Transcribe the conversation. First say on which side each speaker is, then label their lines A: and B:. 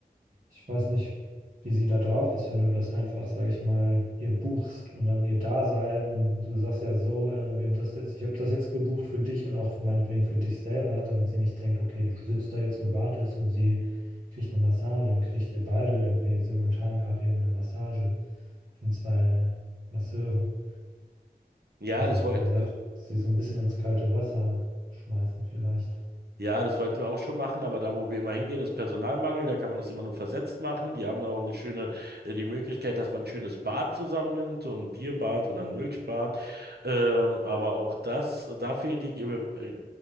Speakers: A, on the right; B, on the right.
A: Ich weiß nicht, wie sie da drauf ist, wenn du das einfach, sage ich mal, ihr buchst und dann ihr Dasein. Du sagst ja so, äh, wir haben das jetzt, ich habe das jetzt gebucht für dich und auch meinetwegen für dich selber, damit sie nicht denkt, okay, du sitzt da jetzt und wartest und sie kriegt eine Massage, dann kriegt ihr beide irgendwie simultan gerade eben eine Massage von zwei Masseuren.
B: Ja,
A: Also,
B: das wollte.
A: wie gesagt, sie so ein bisschen ins kalte Wasser schmeißen vielleicht.
B: Ja, das wollten wir auch schon machen, aber da, wo wir immer hingehen, ist Personalmangel. Da kann man das immer nur versetzt machen. Die haben da auch eine schöne, äh, die Möglichkeit, dass man ein schönes Bad zusammennimmt, so ein Bierbad oder ein Milchbad. Ähm, aber auch das, äh, da fehlen die äh, äh,